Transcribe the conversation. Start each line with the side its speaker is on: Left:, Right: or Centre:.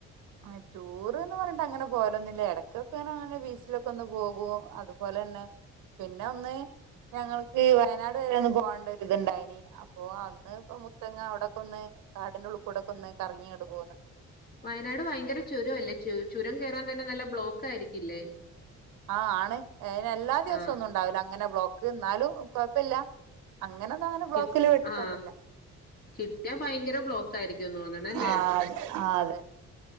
Right: ആ ടൂർ എന്ന് പറഞ്ഞിട്ട് അങ്ങനെ പോലൊന്നില്ല ഇടക്കൊക്കെങ്ങന അങ്ങനെ ബീച്ചിലൊക്കെ ഒന്ന് പോകും അതുപോലെ തന്നെ പിന്നെ ഒന്ന് ഞങ്ങൾക്ക് വയനാട് വരെ ഒന്ന് പോകണ്ട ഒരി ഇത്ണ്ടായിന് അപ്പൊ അന്ന് ഇപ്പ മുത്തങ്ങ അവിടൊക്ക ഒന്ന് കാടിന്റെ ഉള്ളൂ കൂടെ ക്കെ ഒന്ന് കറങ്ങിങ്ങോട്ട് പോന്ന്
Left: വയനാട് ഭയങ്കര ചുരംല്ലേ ചു ചുരം കയറാൻ തന്നെ നല്ല ബ്ലോക്ക് ആയിരിക്കില്ലേ
Right: ആഹ് ആണ് അന് എല്ലാ ദിവസ
Left: ആ
Right: ഒന്നും ഉണ്ടാവില്ല അങ്ങനെ ബ്ലോക്ക് എന്നാലും കൊഴപ്പില്ല അങ്ങനെന്നാങ്ങെ ബ്ലോക്കില്
Left: കി
Right: പെട്ടിട്ട്
Left: ആ
Right: ഒന്നില്ല
Left: കിട്ടിയാ ഭയങ്കര ബ്ലോക്ക് ആയിരിക്കും തോന്നണല്ലേ
Right: ആഹ് അതെ